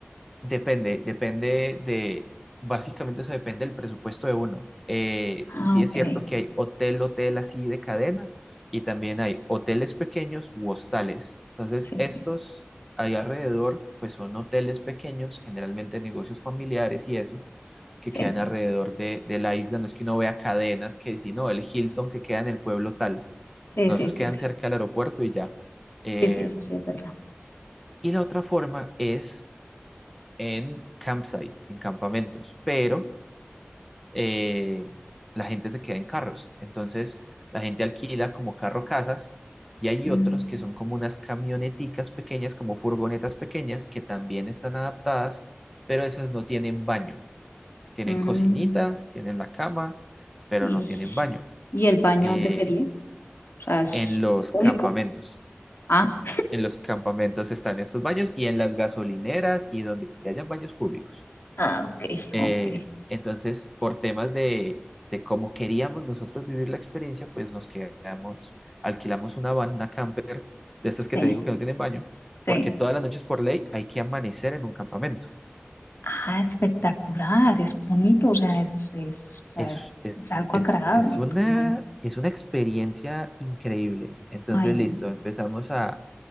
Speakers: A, in the centre; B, on the left.
A: Depende, depende de, básicamente eso depende del presupuesto de uno. Eh, sí
B: Ah, ok.
A: es cierto que hay hotel, hotel así de cadena y también hay hoteles pequeños u hostales. Entonces,
B: Sí,
A: estos
B: sí,
A: ahí alrededor, pues son hoteles pequeños, generalmente negocios familiares y eso, que
B: sí,
A: quedan alrededor de, de la isla. No es que uno vea cadenas que si no, el Hilton que queda en el pueblo tal.
B: sí,
A: No,
B: sí,
A: esos
B: sí,
A: quedan
B: sí,
A: cerca del aeropuerto y ya. Em,
B: sí, sí, eso sí es verdad.
A: y la otra forma es en campsites, en campamentos, pero eh, la gente se queda en carros. Entonces la gente alquila como carro casas y hay
B: Mm,
A: otros que son como unas camioneticas pequeñas, como furgonetas pequeñas, que también están adaptadas, pero esas no tienen baño. Tienen
B: mm.
A: cocinita, tienen la cama, pero
B: ¿Y,
A: no tienen baño.
B: y el baño
A: Eh,
B: dónde sería? O sea, ¿es
A: en los
B: público?
A: campamentos.
B: Ah,
A: En los campamentos están estos baños y en las gasolineras y donde hayan baños públicos.
B: <laughs> ah, ok,
A: Eh,
B: ok,
A: entonces, por temas de, de cómo queríamos nosotros vivir la experiencia, pues nos quedamos, alquilamos una van, una camper, de estas que
B: sí,
A: te digo que no tienen baño,
B: sí.
A: porque todas las noches por ley hay que amanecer en un campamento.
B: Ah, espectacular, es bonito, o sea, es, es, o
A: Es,
B: sea, es,
A: es,
B: es algo
A: es-
B: agradable,
A: es una,
B: porque imagina-
A: es una experiencia increíble. Entonces,
B: ay,
A: listo,
B: yo,
A: empezamos a,